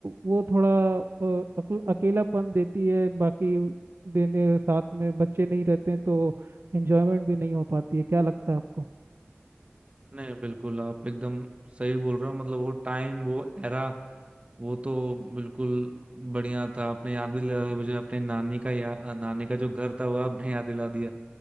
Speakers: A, on the right; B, on the right.
A: वो थोड़ा अ, अक- अकेलापन देती है बाकी देने साथ में बच्चे नहीं रहते हैं तो एंजॉयमेंट भी नहीं हो पाती है क्या लगता है आपको
B: नहीं बिल्कुल आप एकदम सही बोल रहे हो मतलब वो टाइम वो एरा वो तो बिल्कुल बढ़िया था आपने याद भी दिलाया मुझे अपने नानी का या नानी का जो घर था वो आपने याद दिला दिया